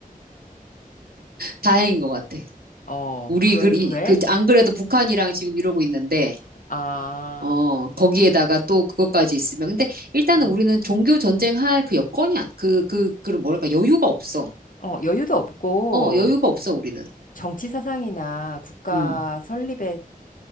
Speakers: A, on the right; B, on the left.
A: 다행인 것 같아.
B: 어,
A: 우리,
B: 그러니까,
A: 그, 이-
B: 왜?
A: 그,
B: <laughs>
A: 안 그래도 북한이랑 지금 이러고 있는데,
B: 아,
A: 어, 거기에다가 또 그것까지 있으면. 근데 일단은
B: 음.
A: 우리는 종교 전쟁할 그 여건이 안, 그, 그, 그런 뭐랄까, 여유가 없어.
B: 어, 여유도 없고,
A: 어, 여유가 없어, 우리는.
B: 정치 사상이나 국가
A: 음,
B: 설립에